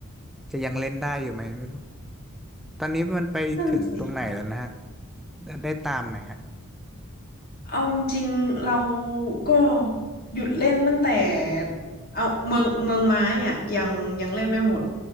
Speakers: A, in the centre; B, on the left (about 45°).
A: จะยังเล่นได้อยู่ไหมไม่รู้ตอนนี้มันไปถึงตรงไหนแล้วนะฮะ
B: นั่นสิ
A: ได้ได้ตามไหมฮะ
B: เอาจริงๆเราก็หยุดเล่นตั้งแต่เอาเมืองเมืองไม้อ่ะยังยังเล่นไม่หมด